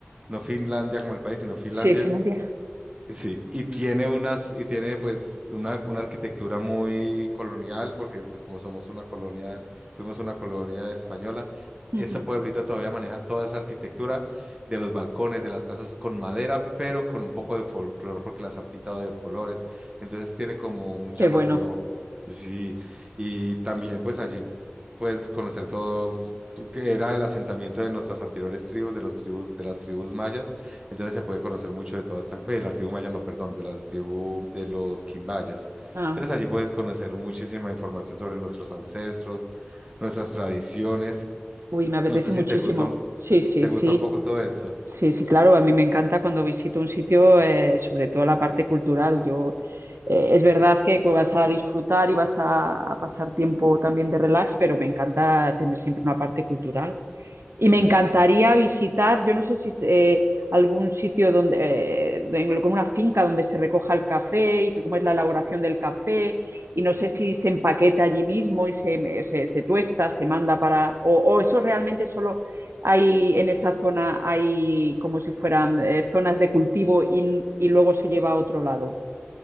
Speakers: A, on the right (about 25°); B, on the right (about 85°).
A: No Finlandia como el país, sino Finlandia.
B: Sí, Finlandia.
A: Sí, y tiene unas, y tiene pues una, una arquitectura muy colonial, porque pues como somos una colonia, fuimos una colonia española,
B: Ujú.
A: ese pueblito todavía maneja toda esa arquitectura de los balcones, de las casas con madera, pero con un poco de folclore, porque las han pintado de colores, entonces tiene como un llamativo,
B: Qué bueno.
A: sí, y también pues allí puedes conocer todo, que era el asentamiento de nuestras anteriores tribus, de los tribus, de las tribus mayas, entonces se puede conocer mucho de toda esta, de la tribu maya, no, perdón, de la tribu de los quimbayas.
B: Ah.
A: Entonces allí puedes conocer muchísima información sobre nuestros ancestros, nuestras tradiciones.
B: Uy, me apetece
A: No sé
B: muchísimo.
A: si te gusta, un-
B: Sí, sí,
A: te
B: sí.
A: gusta un poco todo esto.
B: Sí, sí, claro, a mí me encanta cuando visito un sitio, eh, sobre todo la parte cultural. Yo, eh, es verdad que cu- vas a disfrutar y vas a, a pasar tiempo también de relax, pero me encanta tener siempre una parte cultural.
A: Sí.
B: Y me encantaría visitar, yo no sé si es, eh, algún sitio donde, eh, de- con una finca donde se recoja el café y que- cómo es la elaboración del café, y no sé si se empaqueta allí mismo y se, me- se- se tuesta, se manda para, o, o eso realmente solo hay en esa zona, hay como si fueran eh, zonas de cultivo y, y luego se lleva a otro lado.